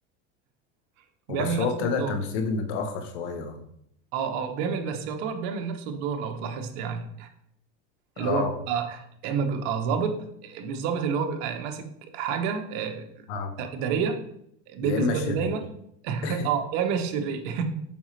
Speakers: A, on the right; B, on the left.
A: <laughs> بيعمل
B: وبس
A: نفس
B: هو ابتدى
A: الدور
B: تمثيل متأخر شوية اه
A: اه اه بيعمل بس يعتبر بيعمل نفس الدور لو تلاحظت يعني اللي
B: اه
A: هو بيبقى يا اما بيبقى ظابط مش ظابط اللي هو بيبقى ماسك حاجه آه،
B: اه
A: اداريه بيلبس
B: يا اما
A: بدله
B: شرير
A: دايما <laughs>
B: <laughs>
A: اه يا اما الشرير <laughs>